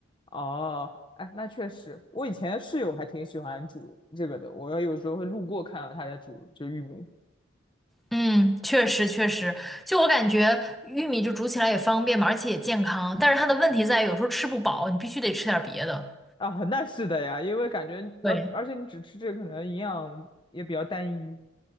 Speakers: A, on the left (about 25°); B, in the centre.
A: 哦，哎，那确实，我以前室友还挺喜欢煮这个的，我有时候会路过看到他在煮这玉米
B: 嗯，确实确实，就我感觉玉米就煮起来也方便嘛，而且也健康。但是它的问题在于有时候吃不饱，你必须得吃点别的。
A: 啊，那是的呀，因为感觉而而且你只吃这个，
B: 对。
A: 可能营养也比较单一